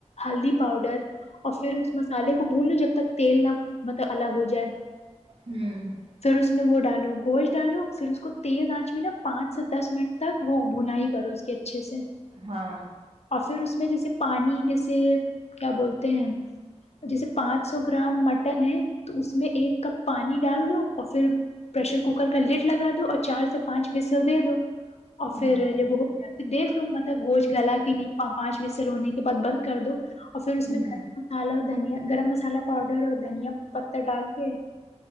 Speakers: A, on the left; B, on the right.
A: ہلدی پاؤڈر اور پھر اس مسالے کو بھون لو جب تک تیل نہ مطلب الگ ہو جائے
B: ہوں
A: پھر اس میں وہ ڈالو گوشت ڈالو پھر اس کو تیز آنچ میں نہ پانچ سے دس منٹ تک وہ بنا ہی کرو اس کے اچھے سے
B: ہاں
A: اور پھر اس میں جیسے پانی جیسے کیا بولتے ہیں جیسے پانچ سو گرام مٹن ہے تو اس میں ایک کپ پانی ڈال دو اور پھر پشر کوکر کا لیڈ لگا دو اور چار سے پانچ وسل دے دو اور
B: ہاں
A: پھر جب ہوتا پھر دیکھ لو مطلب گوشت گلا کی نہیں پانچ وسل ہونے کے بعد بند کر دو اور پھر اس
B: ہوں
A: میں گر مسالہ اور دھنیا گرم مسالہ پاؤڈر اور دھنیا پتہ ڈال کے